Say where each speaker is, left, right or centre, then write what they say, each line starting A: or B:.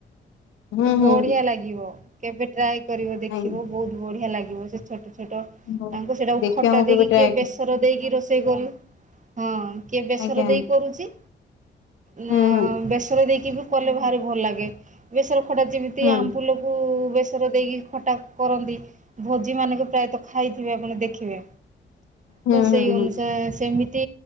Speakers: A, on the left; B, on the right.
A: ହୁଁ ହୁଁ
B: ବଢିଆ ଲାଗିବ, କେବେ ଟ୍ରାଏ କରିବ ଦେଖିବ
A: ଆଜ୍ଞା
B: ବୋହୁତ ବଢିଆ ଲାଗିବ ସେ ଛୋଟ ଛୋଟ
A: ହଉ
B: ଟାଙ୍କୁ ସେଟାକୁ
A: ଦେଖିବା
B: ଖଟା
A: ମୁଁ କେବେ
B: ଦେଇକି
A: ଟ୍ରାଏ
B: କିଏ ବେସର ଦେଇକି ରୋଷେଇ କରେ। ହଁ କିଏ ବେସର
A: ଆଜ୍ଞା
B: ଦେଇ କରୁଛି ନା
A: ହୁଁ ହୁଁ
B: ବେସର ଦେଇକି ବି କଲେ ଭାରି ଭଲ ଲାଗେ ବେସର ଖଟା ଯେମିତି
A: ହୁଁ
B: ଆମ୍ଫୁଲ କୁ ବେସରେ ଦେଇକି ଖଟା କରନ୍ତି, ଭୋଜି ମାନକ ପ୍ରାୟତଃ ଖାଇଥିବେ ଆପଣ ଦେଖିବେ
A: ହୁଁ
B: ତ ସେଇ
A: ହୁଁ ହୁଁ ହୁଁ
B: ଅନୁସାରେ ସେମିତି ଏତି